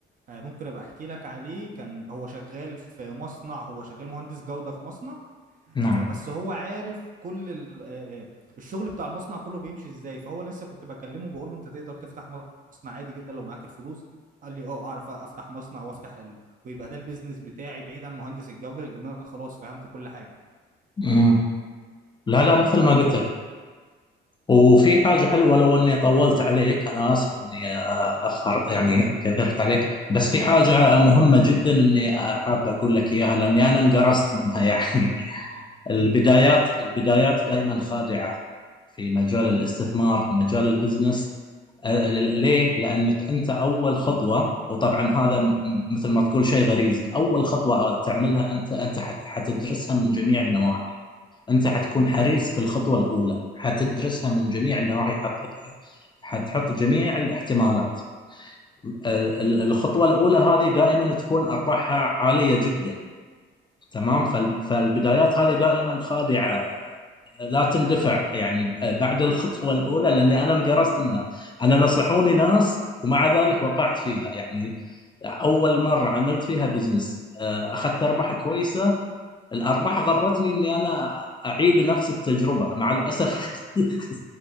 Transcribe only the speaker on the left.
نعم
مم. لا لا مثل
ما قلت لك وفي حاجة حلوة لو إني طولت عليك أنا آسف إني آه، أخر
يعني
كثرت عليك بس في حاجة مهمة جدا إني آه، حاب أقول لك إياها لأني أنا انقرصت منها <laughs> يعني البدايات
البدايات دائما خادعة في مجال الاستثمار في مجال البزنس آه، ل- ليه؟ لأنك أنت أول خطوة وطبعا هذا م-
مثل ما تقول شيء غريزي أول خطوة تعملها أنت أنت حت- حتدرسها من جميع النواحي أنت حتكون حريص في الخطوة الأولى حتدرسها من جميع النواحي حت- حتحط جميع الاحتمالات ال- ال- الخطوة الأولى هذه دائما تكون أرباحها عالية جدا تمام
فال- فالبدايات هذه دائما خادعة لا تندفع يعني بعد الخطوة الأولى لأني أنا انقرصت منها أنا نصحوني ناس ومع ذلك وقعت فيها يعني أول مرة
عملت فيها بزنس آه، أخذت أرباح كويسة الارباح غرتني
اني انا اعيد نفس التجربه مع الاسف <laughs>